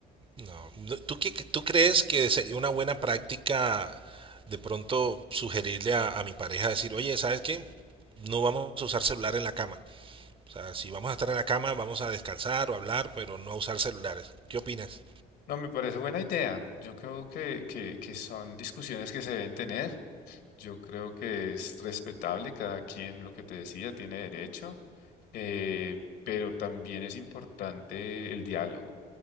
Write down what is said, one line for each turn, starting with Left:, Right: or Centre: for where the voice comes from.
Right: No. No, ¿Tú, qué- tú crees que sería una buena práctica de pronto sugerirle a, a mi pareja decir, oye, ¿sabes qué? No vamos a usar celular en la cama. O sea, si vamos a estar en la cama, vamos a descansar o hablar, pero no a usar celulares. ¿Qué opinas?
Left: No, me parece buena idea. Yo creo que, que, que son discusiones que se deben tener. Yo creo que es respetable cada quien lo que te decía, tiene derecho, eh, pero también es importante el diálogo.